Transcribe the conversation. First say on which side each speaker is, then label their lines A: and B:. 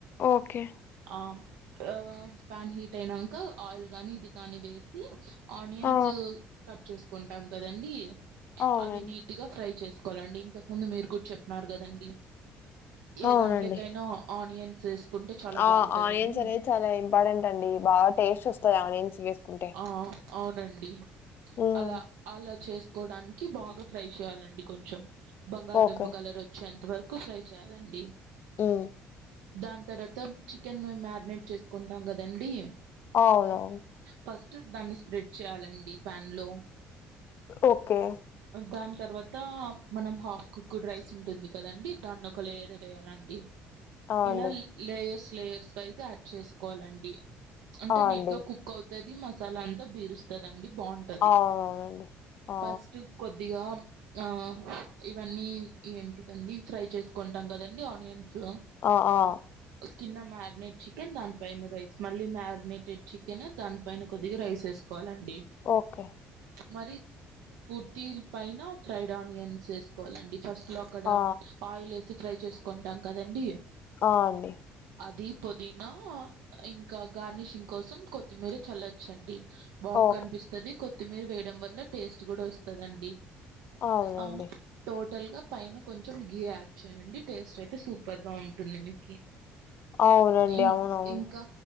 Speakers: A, on the left; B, on the right.
A: ఓకే
B: ఆ ఆ ప్యాన్ హీట్ అయినంక ఆయిల్ గాని ఇది కాని వేసి ఆనియన్స్
A: ఆ
B: కట్ చేసుకుంటాం కదండి
A: అవునండి
B: అవి నీట్ గా ఫ్రై చేసుకోవాలండి ఇంతకు ముందు మీరు కూడా చెప్పినారు కదండి ఏ
A: అవునండి
B: దాంట్లోకైనా ఆనియన్స్ వేసుకుంటే చాలా
A: ఆ
B: బాగుంటదని
A: ఆనియన్స్ అనేది చాలా ఇంపార్టెంట్ అండి టేస్ట్ వస్తది ఆనియన్స్ వేసుకుంటే
B: ఆ అవునండి
A: హ్మ్
B: అలా అలా చేసుకోడానికి బాగా ఫ్రై చేయాలండి కొంచెం బంగాలదుంప
A: ఓకే
B: కలర్ వచ్చే అంత వరకు ఫ్రై చేయాలండి
A: హ్మ్
B: దాని తర్వాత చికెన్ మేము మ్యారినేట్ చేసుకుంటాం కదండి
A: అవునవును
B: ఫస్ట్ దాన్ని స్ప్రెడ్ చేయాలండి ప్యాన్ లో
A: ఓకే
B: దాని తర్వాత మనం హాఫ్ కుక్డ్ రైస్ ఉంటుంది కదండి దాన్ని ఒక లేయర్గ వేయాలండి
A: ఆ
B: ఇలా
A: అండి
B: లేయర్స్ లేయర్స్ వైజ్ గా యాడ్ చేసుకోవాలండి అంటే
A: ఆ
B: నీట్
A: అండి
B: గా కుక్ అవుతు తది మసాలా అంతా పిరుస్తుందండి బాగుంటుంది
A: అవునవునండి ఆ
B: ఫస్ట్ కొద్దిగా ఆ ఇవన్నీ ఏంటిదండి ఫ్రై చేసుకుంటాం కదండి ఆనియన్స్
A: ఆ ఆ
B: కింద మ్యారినేట్ చికెన్ దానిపైన రైస్ మళ్ళీ మ్యారినేటెడ్ చికెన్ దానిపైన కొద్దిగా రైస్ వేసు కోలండి
A: ఓకే
B: మరి పూర్తి పైన ఫ్రైడ్ ఆనియన్స్ వేసుకోవాలండి ఫస్ట్ లా అక్కడ
A: ఆ
B: ఆయిల్ వేసి ఫ్రై చేసుకుంటాం కదండి
A: అ అండి
B: అది పుదీనా ఇంకా గార్నిషింగ్ కోసం కొత్తిమీర చల్లచండి బాగా
A: ఓకే
B: కనిపిస్తుంది కొత్తిమీర వేయడం వల్ల టేస్ట్ కూడా వస్తుందండి
A: అవునండి
B: ఆ టోటల్ గా పైన కొంచెం గి యాడ్ చేయండి టేస్ట్ అయితే సూపర్ గా ఉంటుంది మీకు
A: <inaudible> అవునండి
B: ఇ
A: అవునవును
B: ఇంకా